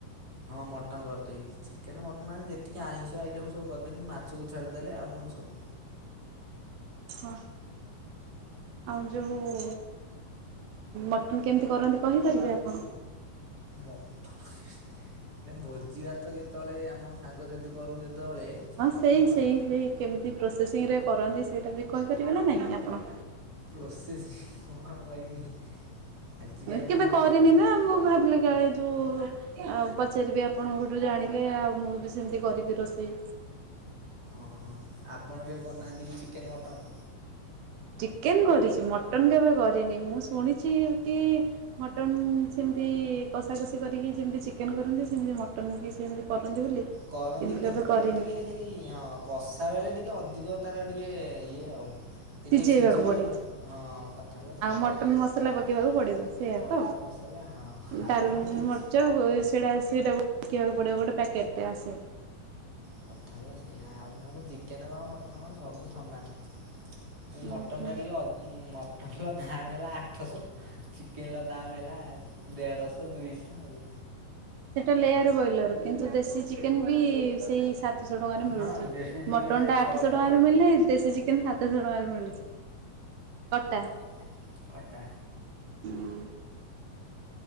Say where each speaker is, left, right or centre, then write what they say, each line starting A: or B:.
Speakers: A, on the right; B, on the right.
A: ହଁ ମଟନ୍ କରିଦେବି ଚିକେନ ମଟନ୍ ମାନେ ଯେତିକି ଆଇଁଷ ଆଇଟମ୍ ସବୁ କରିଦେବି ମାଛକୁ ଛାଡ଼ିଦେଲେ ଆଉ ନହେଲେ ସବୁ।
B: ହଁ। ଆଉ ଯୋଉ ମଟନ୍ କେମିତି କରନ୍ତି କହିପାରିବେ ଆପଣ?
A: ମଟନ୍‌ ହେ ଭୋଜି ଭାତ ଯେତେବେଳେ ଆମ ସାଙ୍ଗସାଥି କରୁ ଯେତେବେଳେ ସେତେବେଳେ
B: ହଁ ସେଇ
A: ମୁଁ କରେ
B: ସେଇ ସେଇ କେମିତି ପ୍ରୋସେସିଂରେ କରନ୍ତି ସେଇଟା ବି କହିପାରିବେ ନା ନାଇଁ ଆପଣ?
A: ପ୍ରୋସେସ କଣ ଆଉ କହିବି ଆଜିକାଲି
B: କେବେ
A: ତ ଇଣ୍ଟରନେଟ
B: କରିନି ନା ମୁଁ ଭାବିଲି କାଳେ ଯୋଉ ଆଉ ପଚାରିବି ଆପଣଙ୍କଠୁ ଜାଣିଲେ ଆଉ ମୁଁ ବି ସେମତି କରିବି ରୋଷେଇ?
A: ଓହୋ ଆପଣ କେବେ ବନାନ୍ତି ଚିକେନ, ମଟନ।
B: ଚିକେନ କରିଛି ମଟନ କେବେ କରିନି ମୁଁ ଶୁଣିଛି କି? ମଟନ୍ ସେମିତି କଷା କଷି କରିକି ଯେମିତି ଚିକେନ କରନ୍ତି ସେମିତି ମଟନ୍ ବି ସେମିତି। କରନ୍ତି ବୋଲି।
A: କରନ୍ତି କିନ୍ତୁ
B: କେବେ କରିନି
A: ଟିକେ ସେଇ ହଁ। କଷା ବେଳେ ଟିକେ ଅଧିକ ତାର ଟିକେ ଇଏ ଆଉ ଇଏ
B: ସିଝେଇବାକୁ
A: ଟିକେ ସିଝିବ
B: ପଡ଼େ।
A: ହଁ କଥା ହେଲା ସେୟା ଆଉ
B: ମଟନ
A: ମଟନ୍ ମସଲା ପକେଇବାକୁ
B: ପକେଇବାକୁ ପଡ଼ିବ ସେଇଆ ତ?
A: ପଡ଼ିବନି। ତାଲେ
B: ଡାଲ
A: ଆଉ ନହେଲେ କିଛି
B: <unintelligible> ଗୋଟେ ପ୍ୟାକେଟଟା ଆସେ।
A: କଥା ହେଲା ସେୟା ଆଉ ନହେଲେ ଚିକେନ କଣ ମଟନ କଣ ସବୁ ସମାନ। ମୁ
B: ଉଁ
A: ମଟନ୍
B: ହୁଁ।
A: ଟା ଟିକେ ଅଧ୍ ମଟନର ଦାମ୍ ହେଲା ଆଠଶହ ଚିକେନର ଦାମ୍ ହେଲା। ଦେଢଶହ, ଦୁଇଶହ ଆଉ।
B: ସେଇଟା ଲେୟାର ବ୍ରଏଲର କିନ୍ତୁ ଦେଶୀ ଚିକେନ ବି ସେଇ ସାତ ଶଶହ ଟଙ୍କାରେ ମିଳୁଛି
A: ହଁ ଦେଶୀ ଚିକେନ
B: ମଟନ୍ ଟା
A: ଛଅଶହ।
B: ଆଠଶହ ଟଙ୍କାର ମିଳିଲେ ଦେଶୀ ଚିକେନ ସାତଶହ ଟଙ୍କାରେ ମିଳୁଛି। କଟା?
A: ଅଟା? ଅଟା?
B: ହୁଁ